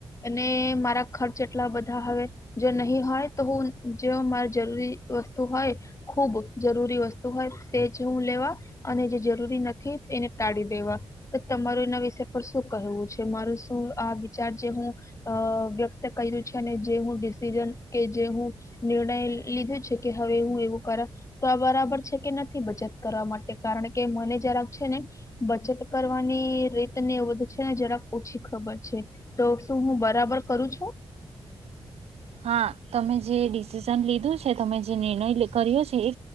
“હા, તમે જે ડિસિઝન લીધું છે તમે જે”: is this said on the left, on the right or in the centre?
Right